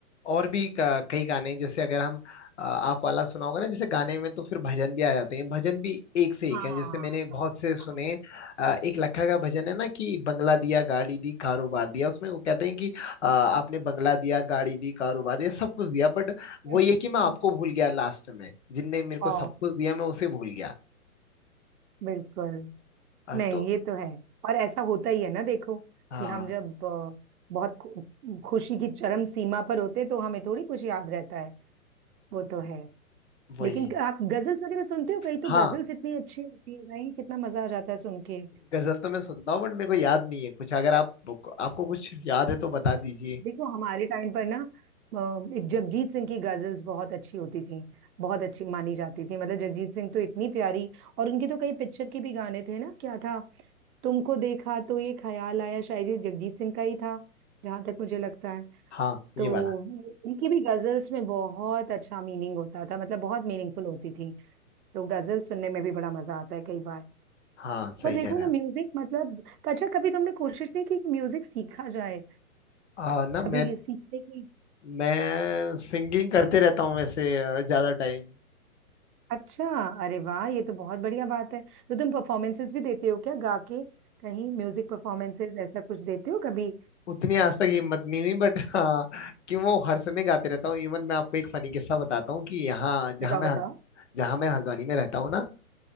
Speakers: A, on the left; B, on the right.
A: और भी क- कई गाने हैं, जैसे अगर हम अ, आप वाला सुना होगा ना जैसे गाने में तो फिर भजन भी आ जाते हैं भजन भी एक से
B: हाँ
A: एक है जैसे मैंने बहुत
B: हाँ
A: से सुने
B: हाँ।
A: हैं। अ, एक लखा का भजन है ना कि बंगला दिया गाड़ी दी कारोबार दिया उसमें वो कहते हैं कि अ, आपने बंगला दिया गाड़ी दी कारोबार दिया सब कुछ दिया बट वो
B: हम्म
A: ये कि मैं
B: हम्म।
A: आपको भूल गया लास्ट में जिनने मेरे को
B: ओ
A: सब कुछ दिया मैं उसे भूल गया
B: बिल्कुल
A: अ,
B: नहीं
A: तो
B: ये तो है और ऐसा होता ही है ना देखो
A: हाँ
B: कि हम जब अ, बहुत खु- खुशी की चरम सीमा पर होते हैं तो हमें थोड़ी कुछ याद रहता है वो तो है
A: वही
B: लेकिन आप गजल्स वगैरह सुनते हो कहीं तो
A: हाँ
B: गजल्स इतनी अच्छी होती है भाई कितना मजा आ जाता है सुन के
A: गजल तो मैं सुनता हूँ बट मेरे को याद नहीं है कुछ अगर आप आपको कुछ याद है तो बता दीजिए
B: देखो हमारे टाइम पर ना अ, एक जगजीत सिंह की गजल्स बहुत अच्छी होती थी बहुत अच्छी मानी जाती थी मतलब जगजीत सिंह तो इतनी प्यारी और उनके तो कई पिक्चर के भी गाने थे ना क्या था तुमको देखा तो ये ख्याल आया शायद ये जगजीत सिंह का ही था जहां तक मुझे लगता है
A: हाँ ये
B: तो
A: वाला
B: उनकी भी गजल्स में बहुत अच्छा मीनिंग होता था मतलब बहुत मीनिंगफुल होती थी तो गजल सुनने में भी बड़ा मजा आता है कई बार
A: हाँ सही
B: पर देखो
A: कह रहे
B: ना
A: हैं
B: म्यूजिक
A: आप
B: मतलब अच्छा कभी तुमने कोशिश नहीं की कि म्यूजिक सीखा जाए
A: आ, ना
B: कभी
A: मैं
B: सीखने की
A: मैं सिंगिंग करते रहता हूँ वैसे अ, ज्यादा टाइम
B: अच्छा अरे वाह ये तो बहुत बढ़िया बात है तो तुम परफॉर्मेंसेस भी देते हो क्या गा के कहीं म्यूजिक परफॉर्मेंसेस ऐसा कुछ देते हो कभी
A: उतनी आज तक हिम्मत नहीं हुई बट हाँ कि वो हर समय गाते रहता हूँ इवन मैं आपको एक फनी किस्सा बताता हूँ कि यहाँ जहाँ
B: बताओ
A: मैं
B: बताओ
A: हल- जहाँ मैं हल्द्वानी में रहता हूँ ना